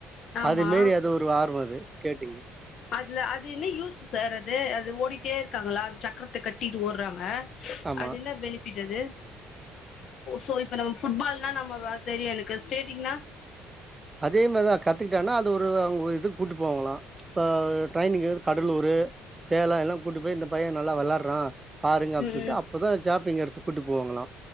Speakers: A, on the left; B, on the right.
A: ஆமா
B: அது மேரி அது ஒரு ஆர்வோ அது ஸ்கேட்டிங்கு
A: அதுல அது என்ன யூஸ் சார் அது அது ஓடிட்டே இரு காங்களா அந்த சக்கரத்த கட்டிட்டு ஓட்றாங்க
B: ஆமா
A: அது என்ன பெனிஃபிட் அது சோ இப்ப நம்ம ஃபுட்பால்னா நம்ம தெரியு எனக்கு ஸ்டேடிங்னா
B: அதே மாரிதா கத்துக்கிட்டேனா அது ஒரு அவுங்க இதுக்கு கூட்டி போவாங்களலா இப்ப ட்ரரையனிங்கு வந்து கடலூர் சேலம் எல்லாம் கூட்டி போய் இந்த பையன் நல்லா வெளாட்றான் பாருங்க அப்சு
A: ம்
B: சொல்லட்டு அப்பதா சாப்பிங்க எடுத் கூட்டிட்டு போவாங்கலா